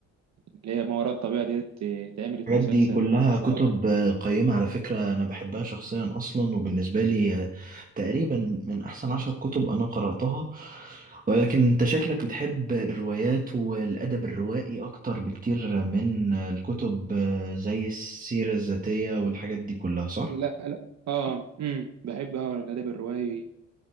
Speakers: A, on the right; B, on the right.
A: اللي هي ما وراء الطبيعه ديت اتعملت
B: الحاجات
A: مسلسل
B: دي كلها
A: بس
B: كتب
A: لو
B: آه، قيمة على فكرة أنا بحبها شخصيا أصلا وبالنسبة لي آه، تقريبا من أحسن عشر كتب أنا قرأتها ولكن أنت شكلك بتحب الروايات والأدب الروائي أكتر بكتير من آه، الكتب آه، زي السيرة الذاتية والحاجات دي كلها صح؟
A: لا لا اه امم بحب اه الادب الروائي